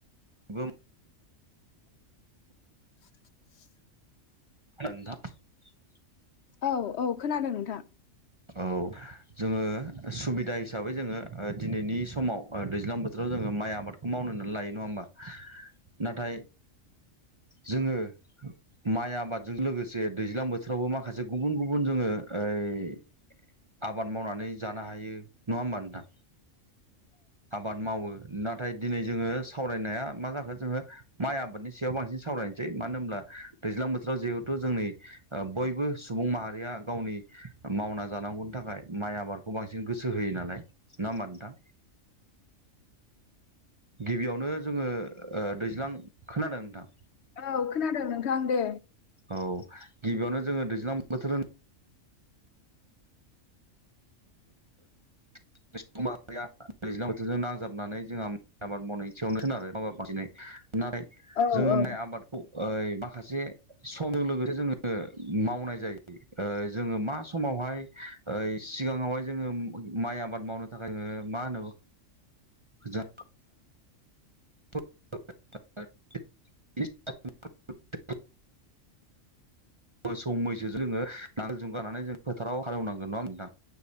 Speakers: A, on the right (about 30°); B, on the left (about 65°).
A: गोम
B: <inaudible> <inaudible>
A: <unintelligible> <inaudible>
B: औ औ खोनादों नोंथां
A: औ जोङो सुबिदा हिसाबै जोङो ओ दिनैनि समाव दैज्लां बो जोङो माइ आबादखौ मावनो होननानै लायो नङा होमबा नाथाय जोङो माइ आबादजों लोगोसे दैज्लां बोथोरावबो माखासे गुबुन गुबुन जोङो ओ आबाद मावनानै जानो हायो नङा होमबा नोंथां आबाद मावो नाथाय दिनै जोङो सावरायनाया मा जाखो जोङो माइ आबादनि सायाव बांसिन सावरायनोसै मानो होनब्ला दैज्लां बोथोराव जिहेथु जोंनि ओ बयबो सुबुं माहारिया गावनि मावना जांगौनि थाखाय माइ आबादखौ बांसिन गोसो होयो नालाय नङा होमबा नोंथां गिबियावनो जोङो दैज्लां खोनादों नोंथां
B: औ खोनादों नोंथां दे
A: औ गिबियावनो जोङो दैज्लां बोथोर <unintelligible> <inaudible> दैज्लां बोथोरजों नांजाबनानै जोंहा आबाद मावनाय सेयावनो सोनारो माबा नाथाय
B: औ
A: जोङो
B: औ
A: माइ आबादखौ ओइ माखासे समजों लोगोसे जोङो मावनाय जायो जोङो मा समाव हाय सिगाङावहाय जोङो माइ आबाद मावनो थाखायोङो ओ मा होनो गोजा <unintelligible> <inaudible> मोसौ मैसो जोङो नांगोल जुंजों गनानै जों फोथाराव हालेवनांगोन नङा होनथां